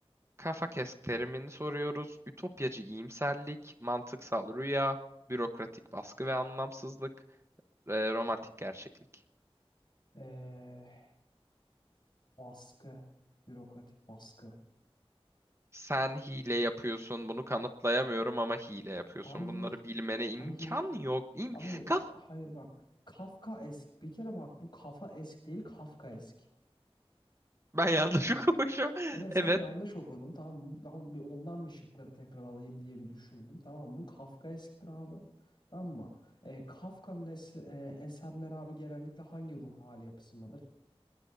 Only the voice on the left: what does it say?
Ee, baskı, bürokratik baskı.
Hayır,
hayır.
Abi
hayır bak. Kafkaesk. Bir kere bak bu kafa esk değil Kafkaesk.
Tamam mı?
Evet
sen yanlış okudun. Tamam bu ben bir ondan bir şıkları tekrar alayım diye bir düşündüm. Tamam bu Kafka eskidir abi. Tamam mı? E, Kafka'nın es- e, eserleri abi genellikle hangi ruh hali yapısındadır?